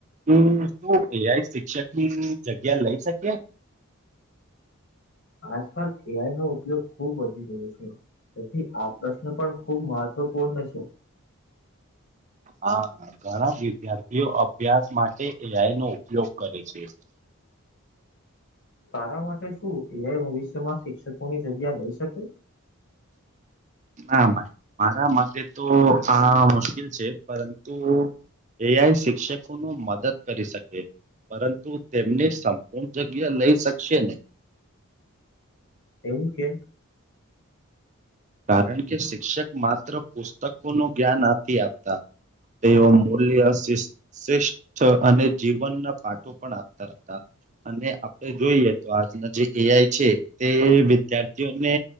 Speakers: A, on the right; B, on the left.
A: હમ્મ. તું એ આઈ શિક્ષક ની જગ્યા લઈ શકે?
B: આજકાલ એ આઈ નો ઉપયોગ ખુબ વધી રહ્યો છે. તેથી આ પ્રશ્ન પણ ખુબ મહત્વપૂર્ણ છે.
A: હા ઘણા વિધાર તેઓ અભ્યાસ માટે એ આઈ નો ઉપયોગ કરે છે.
B: તારા માટે શું એ આઈ ભવિષ્યમાં શિક્ષકોની જગ્યા લઈ શકે?
A: ના ભાઈ મારા મતે તો આ મુશ્કેલ છે. પરંતુ એ આઈ શિક્ષક મદદ કરી શકે પરંતુ તેમને સંપૂર્ણ જગ્યા લઈ શકશે નહી.
B: એવું કેમ?
A: કારણ કે શિક્ષક માત્ર પુસ્તકો નું જ્ઞાન નથી આપતા. તેઓ મૂલ્ય શિસ્ત શ્રેષ્ઠ અને જીવનના પાઠો પણ આપતા હતા. અને આપડે જોઈએ તો આજના જે એ આઈ છે તે વિદ્યાર્થીઓને